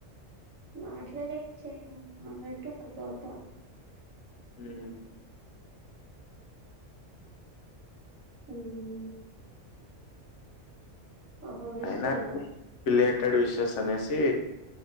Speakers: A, on the right (about 85°); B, on the left (about 70°).
A: మాట్లాడి ఏం చేయను అన్నట్టు ఉండి పోత
B: ఉమ్
A: ఉమ్ పాపం విష్
B: అయినా
A: చేయలా
B: బిలేటెడ్ విషెస్ అనేసి